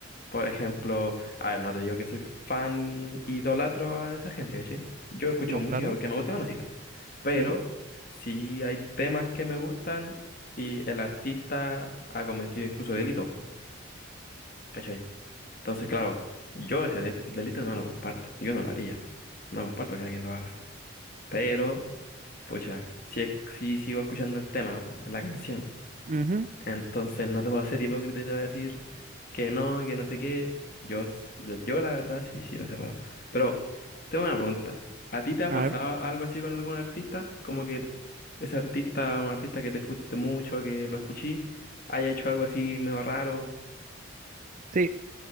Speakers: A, on the left (about 45°); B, on the right (about 40°).
A: Por ejemplo, a ver, no te digo que soy fan idolatro a esa gente, ¿cachai? Yo escucho
B: no,
A: música
B: claro,
A: porque me gusta la música, pero
B: sí.
A: sí hay temas que me gustan y el artista ha cometido incluso delitos, po, ¿cachai? Entonces, claro, yo ese de- delito no lo comparto, yo no lo haría, no comparto que alguien lo haga, pero, pucha, sí, sí sigo escuchando el tema, po, la canción.
B: ujú,
A: Entonces no te voy a ser hipócrita y te voy a decir que no, que no sé qué. Yo, s- yo la verdad, sí, sí lo separo. Pero tengo una pregunta. ¿A ti te ha
B: A
A: pasado
B: ver.
A: algo así con algún artista? Como que ese artista, un artista que te guste mucho, que lo escuché, haya hecho algo así medio raro.
B: Sí,